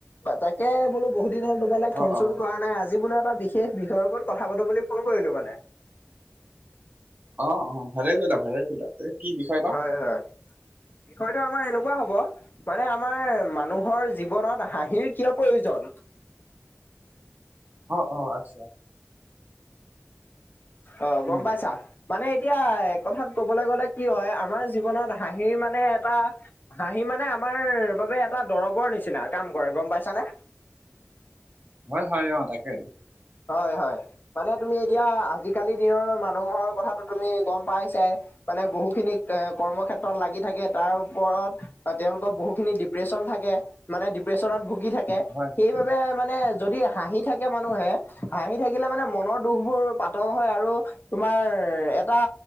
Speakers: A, on the left (about 45°); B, on the right (about 35°).
A: তাক এ, বোলো বহু দিন হ'ল তোমালে
B: অ
A: ফোন
B: অ
A: চোন কৰা নাই আজি বোলো এটা বিশেষ বিষয়ৰ ওপৰত কথা পাতোঁ বুলি ফোন কৰিলোঁ মানে।
B: অ', অ' ভালে কৰিলা, ভালে কৰিলা। এই কি বিষয় বা
A: হয়, হয় বিষয়টো আমাৰ এনেকুৱা হ'ব মানে আমাৰ মানুহৰ জীৱনত হাঁহিৰ কিয় প্ৰয়োজন?
B: অঁ, অঁ, আচ্ছা।
A: অ', গ'ম
B: উম
A: পাইছা, মানে এতিয়া কথাত কবলৈ গ'লে কি হয়, আমাৰ জীৱনত হাঁহিৰ মানে এটা হাঁহি মানে আমাৰ বাবে এটা দৰবৰ নিচিনা কাম কৰে গ'ম পাইছানে?
B: হয়, হয়, অ', তাকেইটো।
A: হয়, হয় মানে তুমি এতিয়া আজিকালি দিনৰ মানুহৰ কথাটো তুমি গ'ম পাইছাই। মানে বহুখিনি কৰ্মক্ষেত্ৰত লাগি থাকে, তাৰ ওপৰত তেওঁলোকৰ বহুখিনি ডিপ্ৰেশ্যচন থাকে মানে ডিপ্ৰেশ্যনত ভুগি থাকে,
B: হয়
A: সেইবাবে মানে যদি হাঁহি থাকে মানুহে হাঁহি থাকিলে মানে মনৰ দুখবোৰ পাতল হয়, আৰু তোমাৰ এ এটা